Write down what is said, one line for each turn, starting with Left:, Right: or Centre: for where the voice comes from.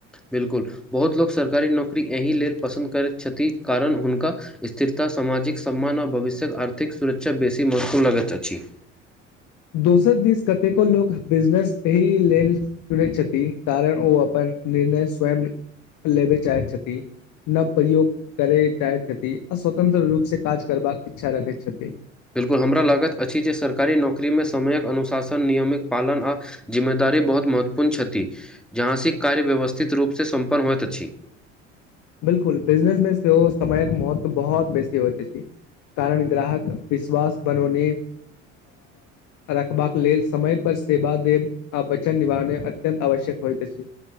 Centre: बिल्कुल बहुत लोक सरकारी नौकरी एहि लेल पसन्द करैत छथि कारण हुनका स्थिरता सामाजिक सम्मान आओर भविष्य्यक आर्थिक सुरक्षा बेसी महतपूर्ण लागैत अछि
Left: दोसर दिस कतेको लोको बिजनेस एहि लेल चुनैत छथिन कारण ओ अपन निर्णय स्वयं लेबे चाहै छथि नव प्रयोग करय चाहैत छथि आ स्वतंत्र रूपसँ काज करबाक इच्छा रखैत छथिन
Centre: बिलकुल हमरा लागत अछि जे सरकारी नौकरीमे समयक अनुशासन नियमित पालन आ जिम्मेदार बहुत महत्वपूर्ण छथि जहाँस कार्य व्यवस्थित रूपसँ सम्पन्न होइत अछि
Left: बिलकुल बिजनेस मे सेहो समयक महत्व बहुत बेसी होइते छै कारण ग्राहक विश्वास बनौने रखबाक लेल समय पर सेवा देब आ वचन निभे अत्यन्त आवश्यक होइत छी